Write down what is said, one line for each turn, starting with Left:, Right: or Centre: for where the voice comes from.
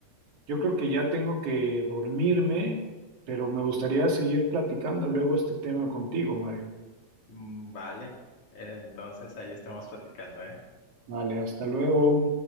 Right: yo creo que ya tengo que dormirme, pero me gustaría seguir platicando luego este tema contigo, Mario.
Left: Mm, Vale, Eh, entonces ahí estamos platicando, ¿eh?
Right: Vale, hasta luego.